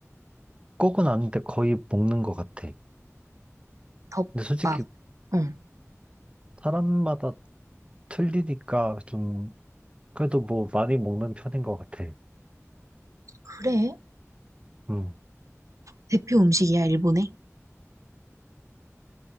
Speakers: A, on the right; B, on the right.
A: 꼭은 아닌데 거의 먹는 것 같아.
B: 덮밥.
A: 근데 솔직히
B: 응.
A: 사람마다 틀리니까 좀, 그래도 뭐 많이 먹는 편인 것 같아.
B: 그래?
A: 음.
B: 대표 음식이야, 일본에?